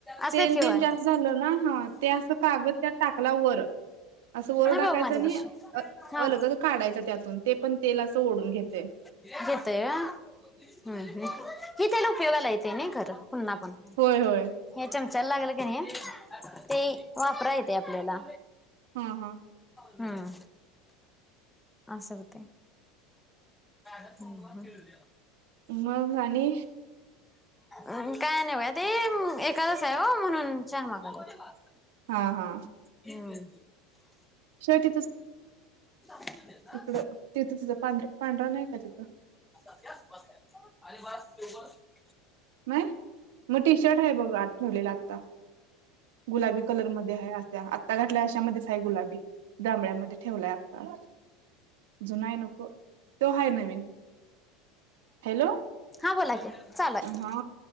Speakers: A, in the centre; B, on the right.
A: असं
B: तेल
A: किंवा
B: तेन जास्त
A: नाही
B: झालं ना हा ते असं कागद त्यात टाकला वर असं वर टाकायचं
A: बाबा माझ्यापाशी
B: आणि
A: हा
B: अलगत काढायच त्यातून ते पण तेल असं ओढून घेतेय.
A: घेतय होय हम्म हम्म हे तेल उपयोगाला येतेय नाही खरं पुन्हा पुन्हा.
B: होय होय.
A: हे चमचाला लागल कनी ते वापराय येतेय आपल्याला.
B: हा हा
A: हम्म अस हूतय. हम्म हम्म.
B: मग आणि.
A: आणि काय नाही बघा ते एकादस आहे वो म्हणून चहा मागाल्यात.
B: हा हा
A: हम्म हम्म.
B: शर्ट
A: <unintelligible>
B: तिकडं तिथं तिथं पां पांढरा नाही का तिथं.
A: <unintelligible>
B: नाही मग टी शर्ट आहे बघ आत ठेवलेला आत्ता. गुलाबी कलर मध्ये आहे अस्या आत. आत्ता घातलाय अशामध्येच हाय गुलाबी जांभळ्यामध्ये ठेवलाय आता. जुना हाय नको तो हाय नवीन हॅलो.
A: हा बोला की. चालू आहे
B: हा